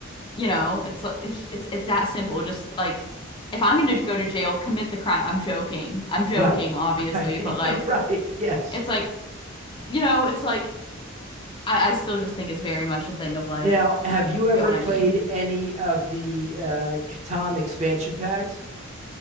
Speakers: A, on the left (about 25°); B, on the right (about 35°).
A: you know, it's li- it's it's that simple. Just like, if I'm gonna go to jail, commit the crime. I'm joking. I'm joking,
B: Right.
A: obviously,
B: Right.
A: but like,
B: <laughs> Right. Yes.
A: it's like, you know, it's like, I I still just think it's very much a thing of like,
B: Now, have
A: yeah,
B: you ever
A: get what
B: played
A: I mean?
B: any of the uh Catan expansion packs?